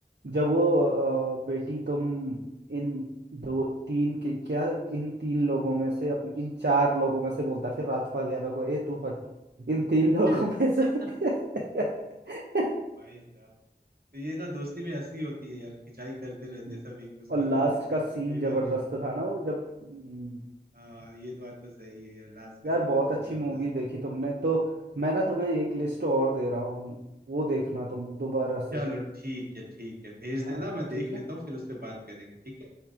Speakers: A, on the right (about 80°); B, on the right (about 60°).
A: जब वो अ, बेटी तुम इन दो तीन के क्या इन तीन लोगों में से अपने इन चार लोगों में से बोलता है, फिर राजपाल यादव को ए तू हट इन तीन
B: <laughs>
A: लोगों में से <laughs>
B: भाई साहब तो ये ना दोस्ती में हंसी होती है यार खिंचाई करते रहते
A: हम्म।
B: हैं सब एक दूसरे
A: और लास्ट
B: की हमेशा
A: का सीन
B: वही
A: जबरदस्त
B: वाली
A: था ना वो जब हम्म,
B: हाँ ये तो बात तो सही है यार लास्ट का
A: यार
B: सीन
A: बहुत
B: बहुत
A: अच्छी
B: जबरदस्त
A: मूवी देखी
B: था
A: तुमने तो मैं ना तुम्हें एक लिस्ट और दे रहा हूँ वो देखना तुम दोबारा से
B: चलो ठीक है ठीक है भेज
A: हाँ
B: देना मैं देख
A: ठीक
B: लेता
A: है
B: हूँ फिर उस पर बात करेंगे ठीक है